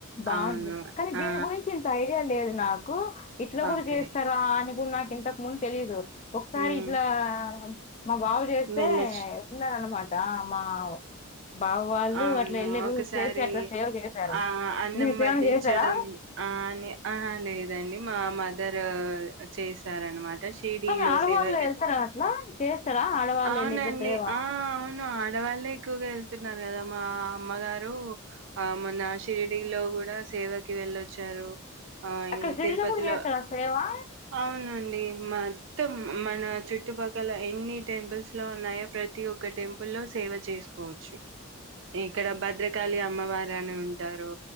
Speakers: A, on the left; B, on the right.
A: బాగుంది
B: అవును
A: కాని దీని
B: ఆ
A: గురించి ఇంత ఐడియా లేదు నాకు ఇట్లా కూడా
B: ఓకే
A: చేస్తారా అని మూ నా ఇంతకు ముందు తెలిదు ఒకసారి
B: మ్
A: ఇట్లా మా బాబు చేస్తే
B: వెళ్ళొచ్చు
A: తిన్నాను అన్నమాట రామ వ్ బావ వాళ్ళు
B: అవును
A: అట్లా వెళ్ళిరు
B: ఒకసారి
A: చేసి అట్లా సేవ్ చేశారు.
B: ఆ అన్నం
A: మీరేమైనా
B: వడ్డించడం
A: చేశారా?
B: ఆ అని ఆ లేదండి మా మధ్ అందరు చేశారన్నమాట సిరిడి
A: కానీ
B: లో
A: ఆడవాళ్ళు
B: సిదకే
A: వెళ్తారా అట్లా చేస్తారా ఆడవాళ్ళు
B: అవునండి
A: వెళ్ళి ఇట్లా సేవ
B: ఆ అవును ఆడవాళ్ళ ఎక్కువగా వెతు న్నారు కదా మా అమ్మగారు ఆ మొన్న సిరిడిలో కూడా సేవకి వెళ్ళొచ్చారు ఆ
A: అక్కడ
B: ఇంగ
A: శల్లో
B: తిరుపతిలో
A: కూడా చేస్తార సేవా
B: అవునండి మొత్తం మన చుట్టుపక్కల ఎన్ని టెంపుల్స్ లో ఉన్నాయో ప్రతి ఒక్క టెంపుల్ లో సేవ చేసుకోవచ్చు ఇక్కడ భద్రకాళి అమ్మవారు అని ఉంటారు